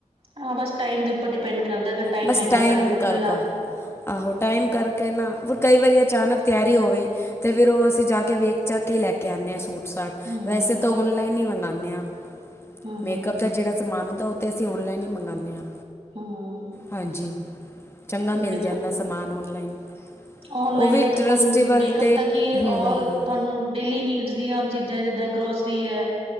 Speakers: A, on the right; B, on the left.
A: ਹਾਂ ਬਸ ਟਾਈਮ ਦੇ ਉੱਪਰ ਡਿਪੈਂਡ ਕਰਦੈ ਅਗਰ ਟਾਈਮ
B: ਬਸ
A: ਹੈਗਾ ਤੁਹਾਡੇ ਕੋਲ
B: ਕਰ
A: ਖੁੱਲ੍ਹਾ
B: ਕਾ ਆਹੋ ਟਾਈਮ ਕਰਕੇ ਨਾ ਵੀ ਕਈ ਵਾਰੀ ਅਚਾਨਕ ਤਿਆਰੀ ਹੋਵੇ ਤੇ ਫਿਰ ਓਹ ਅਸੀਂ ਜਾ ਕੇ ਵੇਖ ਚਾਕੇ ਈ ਲੈ ਕੇ ਆਣੇ ਆਂ ਸੂਟ-ਸਾਟ
A: ਹੂੰ ਹੂੰ
B: ਵੈਸੇ ਤਾਂ ਔਨਲਾਈਨ ਹੀ ਮੰਗਾਣੇ ਆਂ।
A: ਹੂੰ
B: ਮੇਕਅਪ
A: ਹੂੰ ਹੂੰ
B: ਦਾ ਜਿਹੜਾ ਸਮਾਨ ਹੁੰਦਾ ਉਹ ਤੇ ਅਸੀਂ ਔਨਲਾਈਨ ਹੀ ਮੰਗਵਾਉਂਦੇ ਹਾਂ।
A: ਹੂੰ ਹੂੰ
B: ਹਾਂਜੀ ਚੰਗਾ ਮਿਲ
A: ਬਿਲਕੁਲ
B: ਜਾਂਦਾ ਸਮਾਨ ਔਨਲਾਈਨ
A: ਔਨਲਾਈਨ
B: ਉਹ ਵੀ
A: ਤਾਂ ਦੇਖੋ
B: ਟਰਸਟੇਬਲ
A: ਮੇਕਅਪ
B: ਅਤੇ
A: ਤਾਂ ਕੀ
B: ਹੂੰ
A: ਔਲ
B: ਹੂੰ ਹੂੰ
A: ਤੁਹਾਨੂੰ ਡੇਲੀ ਨੀਡਸ ਦੀਆਂ ਚੀਜ਼ਾਂ ਜਿਦਾਂ ਗਰੋਸਰੀ ਹੈ